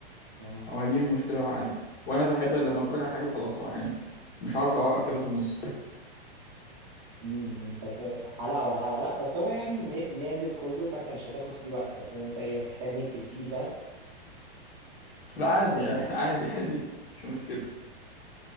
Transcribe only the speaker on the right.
اه
امم انت بت- حلقة ورا حلقة لا بس هو يعني ن- نازل كله فانت مش هتاخد فيه وقت بس هو انت ايه هتحتاج نت كتير بس
و...